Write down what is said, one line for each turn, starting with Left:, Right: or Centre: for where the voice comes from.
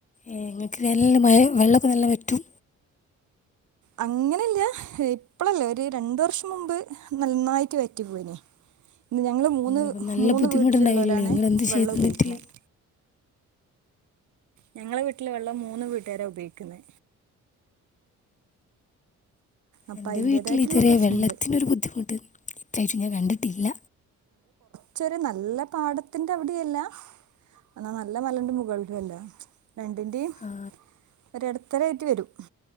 Left: എ ങ്ങക്ക് നല്ല മഴയും വെള്ളക്കെ നല്ല വ റ്റും
Right: അങ്ങനല്ല ഇപ്പളല്ല ഒരു രണ്ട് വർഷം മുമ്പ് നന്നായിട്ട് വറ്റി പോയിനെ ഞങ്ങള് മൂന്ന്
Left: അപ്പം നല്ല
Right: മൂന്ന്
Left: ബുദ്ധിമുട്ടുണ്ടായില്ലേ
Right: വീട്ടിലുള്ളോലാണ്
Left: നിങ്ങൾ എന്ത്
Right: വെള്ളം
Left: ചെയ്ത് എന്നിട്ട്
Right: ഉപയോഗിക്കുന്നത് ഞങ്ങളെ വീട്ടിലെ വെള്ളം മൂന്ന് വീട്ടുകാര ഉപയോഗിക്കുന്നെ അപ്പൊ
Left: എന്റെ
Right: അയിന്റേതായിട്ടുള്ള
Left: വീട്ടില് ഇതുവരെ
Right: പ്രശ്നങ്ങള്
Left: വെള്ളത്തിനൊരു ബുദ്ധിമുട്ടും പ്രത്യേകിച്ച് ഞാൻ കണ്ടിട്ടില്ല
Right: ച്ചൊരു നല്ല പാടത്തിന്റെ അവിടെ അല്ല എന്നാ നല്ല മലന്റെ മുകളിലും അല്ല രണ്ടിന്റെയും
Left: ആ,
Right: ഒരു എടത്തരായിട്ട് വെരും